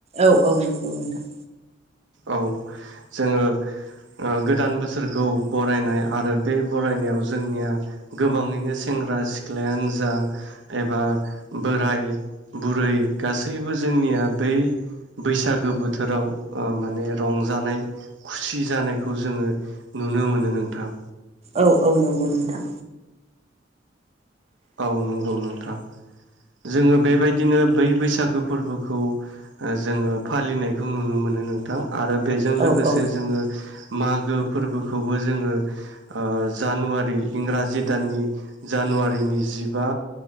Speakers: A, on the right (about 35°); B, on the right (about 85°).
A: औ औ नंगौ नोंथां।
B: औ जोङो ओ गोदान बोसोरखौ बरायनाय आरो बे बरायनायाव जोंनिया गोबाङैनो सेंग्रा सिख्लायानो जा एबा बोराय बुरै गासैबो जोंनिया बै बैसागो बोथोराव ओ माने रंजानाय खुसि जानायखौ जोङो नुनो मोनो नोंथां।
A: औ औ नंगौ नोंथां
B: औ नंगौ नोंथां जोङो बेबायदिनो बै बैसागो फोरबोखौ जोङो फालिनायखौ नुनो मोनो नोंथां आरो बेजों लोगोसे
A: औ औ
B: जोङो मागो फोरबोखौबो जोङो ओ जानुवारि इंराजि दाननि जानुवारिनि जिबा